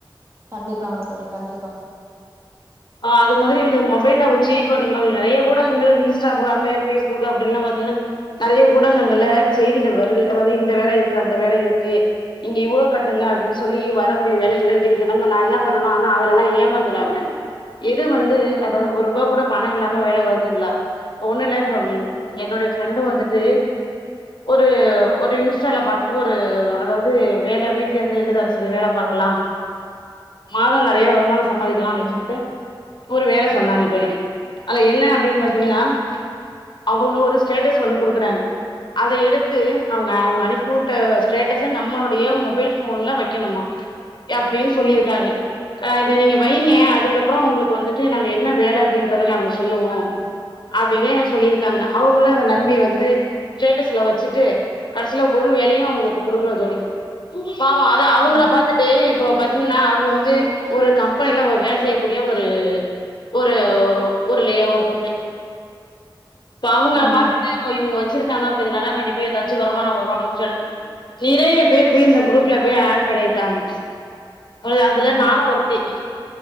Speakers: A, on the right (about 30°); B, on the left (about 55°).
A: கண்டிப்பாங்க தோழி கண்டிப்பா
B: ஆ அது மாதிரி இந்த மொபைல்ல வச்சு இப்ப நம்ம நெறைய ஊடங்கள் இன்ஸ்டாகிராமு ஃபேஸ்புக்கு அப்டின்லா பாத்தீங்கன்னா நெறய ஊடகங்கள்ல செய்திகள் வருது அதாவது இந்த வேல இருக்கு அந்த வேல இருக்கு இங்க இவ்ளோ கட்டுங்க அப்டின்னு சொல்லி வரக்கூடிய வேலைகள்ள இருக்கு நம்ம நா என்ன பண்ணனு ஆனா அதுலல்லா ஏமாந்துறாம எது வந்து அதாவது ஒர் ரூபா கூட பணோ இல்லாம வந்து வேல வருதுங்களா ஒண்ணுல்ல இப்ப என்னுடைய ஃப்ரெண்டு வந்துட்டு ஒரு ஒரு இன்ஸ்டால பாத்துட்டு ஒரு அதாவது வேல வீட்ல இருந்து இல்லத்தரசிகள் வேல பாக்கலா மாத நெறைய வருமானோ சம்பாதிக்கலா அப்டின்னு சொல்ட்டு ஒரு வேல சொன்னாங்க தோழி அல என்ன அப்டினு பாத்தீங்கன்னா அவுங்க ஒரு ஸ்டேட்டஸ் வந்து குடுக்குறாங்க அத எடுத்து அவுங்க அவுங்க அனுப்பி வுட்ட ஸ்டேட்டஸ நம்மளுடைய மொபைல் ஃபோன்ல வைக்கணுமா க அப்டின்னு சொல்லிருக்காங்க க இத நீங்க வைங்க அதுக்கப்பறோ உங்களு வந்துட்டு நாங்க என்ன வேல அப்டின்றத நாங்க சொல்லுவோ அப்டின்னு சொல்லிருக்காங்க அவுங்களு அத நம்பி வந்து ஸ்டேட்டஸ்ல வச்சுட்டு கடசில ஒரு வேலையு அவுங்களுக்கு குடுக்கல தோழி பாவோ அ த அவுங்கள
A: ம்.
B: பாத்துட்டு இப்ப பாத்தீங்கன்னா அவுங்க வந்து ஒரு கம்பெனில ஒரு வேல செய்யக்கூடிய ஒரு ஒரு ஒரு ஒரு ஊருலயே ஒரு பொண்ணு இப்ப அவுங்க
A: ம்.
B: பாத்துட்டு ஓ இவுங்க வச்சிருக்காங்க அப்ப இதனால கண்டிப்பா எதாச்சு வருமானோ வரு அப்டின்னு சொல் நேறைய பேர் போய் இந்த குரூப்ல போய் ஆட் பண்ணிருக்காங்க அ அதுல
A: ம்.
B: நானு ஒருத்தி